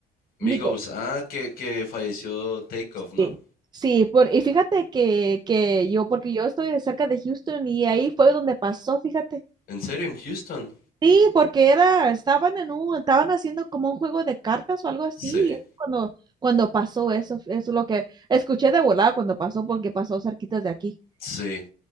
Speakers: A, on the left; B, on the right.
A: Migos,
B: Migos,
A: ah, que, que falleció Takeoff, ¿no?
B: sí. Sí, por, y fíjate que, que yo, porque yo estoy cerca de Houston y ahí fue donde pasó, fíjate.
A: ¿En serio, en Houston?
B: Sí, porque era, estaban en un, estaban haciendo como un juego de cartas o algo así,
A: Sí,
B: y es cuando, cuando pasó eso, eso es lo que escuché de volada cuando pasó, porque pasó cerquitas de aquí.
A: sí.